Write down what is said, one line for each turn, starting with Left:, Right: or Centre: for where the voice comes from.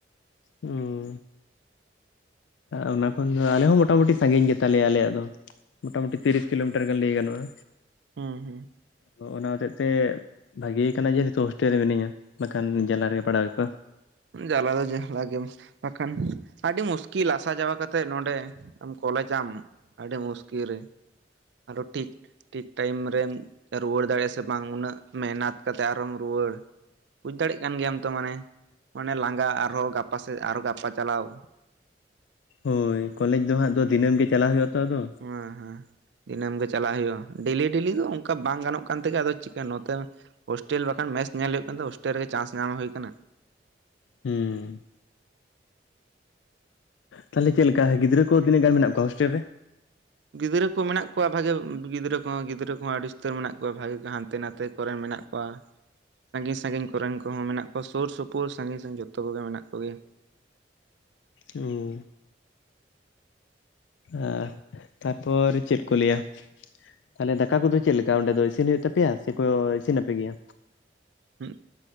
Left: ᱚᱸ ᱚᱱᱟ ᱠᱷᱚᱱ ᱫᱚ ᱟᱞᱮ ᱦᱚᱸ ᱢᱚᱴᱟᱢᱩᱴᱤ ᱥᱟᱺᱜᱤᱧ ᱜᱮᱛᱟ ᱞᱮᱭᱟ ᱟᱞᱮᱭᱟᱜ ᱫᱚ ᱢᱚᱴᱟᱢᱩᱴᱤ ᱛᱤᱨᱤᱥ ᱠᱤᱞᱳᱢᱤᱴᱟᱨ ᱜᱟᱱ ᱞᱟᱹᱭ ᱜᱟᱱᱚᱜᱼᱟ
Right: ᱦᱩᱸ ᱦᱩᱸ
Left: ᱛ ᱚᱱᱟ ᱦᱚᱛᱮᱜ ᱛᱮ ᱵᱷᱟᱜᱮ ᱠᱟᱱᱟ ᱡᱮ ᱱᱤᱛᱚᱜ ᱦᱳᱥᱴᱮᱞ ᱨᱮ ᱢᱤᱹᱱᱟᱹᱡ ᱧᱟ ᱵᱟᱠᱷᱟᱱ ᱡᱟᱞᱟ ᱨᱮᱜᱮ ᱯᱟᱲᱟᱣ ᱦᱩᱭ ᱠᱚᱼᱟ
Right: ᱡᱟᱞᱟ ᱫᱚ ᱡ ᱞᱟᱜᱮᱢ ᱵᱟᱠᱷᱟᱱ ᱟᱹᱰᱤ ᱢᱩᱥᱠᱤᱞ ᱟᱥᱟ ᱡᱟᱣᱟ ᱠᱟᱛᱮᱫ ᱱᱚᱰᱮ ᱟᱢ ᱠᱚᱞᱮᱮᱡᱟᱢ ᱟᱹᱰᱤ ᱢᱩᱥᱠᱤᱞ ᱨᱮ ᱟᱨᱚ ᱴᱷᱤᱠ ᱴᱷᱤᱠ ᱴᱟᱭᱤᱢ ᱨᱮᱢ ᱨᱩᱣᱟᱹᱲ ᱫᱟᱲᱮᱭᱟᱜᱼᱟ ᱥᱮ ᱵᱟᱝ ᱩᱱᱟᱹᱜ ᱢᱮᱦᱱᱚᱛ ᱠᱟᱛᱮᱮᱫ ᱟᱨᱦᱚᱢ ᱨᱩᱣᱟᱹᱲ ᱵᱩᱡᱽ ᱫᱟᱲᱮᱜ ᱠᱟᱱ ᱜᱮᱭᱟᱢ ᱛᱚ ᱢᱟᱱᱮ ᱢᱟᱱᱮ ᱞᱟᱸᱜᱟ ᱟᱨᱦᱚᱸ ᱜᱟᱯᱟ ᱥᱮᱫ ᱟᱨᱚᱸ ᱜᱟᱯᱟ ᱪᱟᱞᱟᱣ
Left: ᱦᱳᱭ ᱠᱚᱞᱮᱡᱽ ᱫᱚ ᱦᱟᱸᱜ ᱫᱚ ᱫᱤᱱᱟᱹᱢ ᱜᱮ ᱪᱟᱞᱟᱜ ᱦᱩᱭᱩᱜ ᱟᱛᱚ ᱟᱫᱚ
Right: ᱦᱮᱸ ᱦᱮᱸ ᱫᱤᱱᱟᱹᱢ ᱜᱮ ᱪᱟᱞᱟᱜ ᱦᱩᱭᱩᱜᱼᱟ ᱰᱮᱞᱤ ᱰᱮᱞᱤ ᱫᱚ ᱚᱱᱠᱟ ᱵᱟᱝ ᱜᱟᱱᱚᱜ ᱠᱟᱱ ᱛᱮᱜᱮ ᱟᱫᱚ ᱪᱤᱠᱟᱹ ᱱᱚᱛᱮ ᱦᱳᱥᱴᱮᱞ ᱵᱟᱠᱷᱟᱱ ᱢᱮᱥᱪ ᱧᱮᱞ ᱦᱩᱭᱩᱜ ᱠᱟᱱ ᱫᱚ ᱦᱳᱥᱴᱮᱞ ᱨᱮ ᱪᱟᱱᱥ ᱧᱟᱢ ᱦᱩᱭ ᱟᱠᱟᱱᱟ
Left: ᱦᱩᱸ ᱛᱟᱦᱚᱞᱮ ᱪᱮᱫ ᱞᱮᱠᱟ ᱜᱤᱫᱽᱨᱟᱹ ᱠᱚ ᱛᱤᱱᱟᱹ ᱜ ᱜᱟᱱ ᱢᱮᱱᱟᱜ ᱠᱚᱭᱟ ᱦᱳᱥᱴᱮᱞ ᱨᱮ
Right: ᱜᱤᱫᱽᱨᱟᱹ ᱠᱚ ᱢᱮᱱᱟᱜ ᱠᱚᱣᱟ ᱵᱷᱟᱜᱮ ᱜᱤᱫᱽᱨᱟᱹ ᱠᱚᱦᱚᱸ ᱢᱮᱱᱟᱜ ᱠᱚᱣᱟ ᱵᱷᱟᱜᱮ ᱜᱤᱫᱽᱨᱟᱹ ᱠᱚᱢᱟ ᱟᱹᱰᱤ ᱩᱛᱟᱹᱨ ᱢᱮᱱᱟᱜ ᱠᱚᱣᱟ ᱵᱷᱟᱜᱮ ᱠᱚ ᱦᱟᱱᱛᱮ ᱱᱟᱛᱮ ᱠᱚᱨᱮᱱ ᱢᱮᱱᱟᱜ ᱠᱚᱣᱟ <unintelligible> ᱳᱭᱟ ᱥᱟᱺᱜᱤᱧ ᱥᱟᱺᱜᱤᱧ ᱠᱚᱨᱮᱱ ᱠᱚᱦᱚᱸ ᱢᱮᱱᱟᱜ ᱠᱚᱣᱟ ᱥᱩᱨ ᱥᱩᱯᱩᱨ ᱥᱟᱺᱜᱤᱧ ᱥᱟᱺᱜᱤᱧ ᱡᱚᱛᱚ ᱠᱚᱜᱮ ᱢᱮᱱᱟᱜ ᱠᱚᱜᱮᱭᱟ
Left: ᱚᱻ ᱮᱸ ᱛᱟᱨᱯᱚᱨ ᱪᱮᱫ ᱠᱚ ᱞᱟᱹᱭᱟ ᱛᱟᱦᱚᱞᱮ ᱫᱟᱠᱟ ᱠᱚᱫᱚ ᱪᱮᱫ ᱞᱮᱠᱟ ᱚᱸᱰᱮ ᱫᱚ ᱤᱥᱤᱱ ᱦᱩᱭᱩᱜ ᱛᱟᱯᱮ ᱟᱯᱮᱭᱟ ᱥᱮᱠᱚ ᱤᱥᱤᱱ ᱱᱟᱯᱮ ᱜᱮᱭᱟ
Right: ᱦᱩᱸ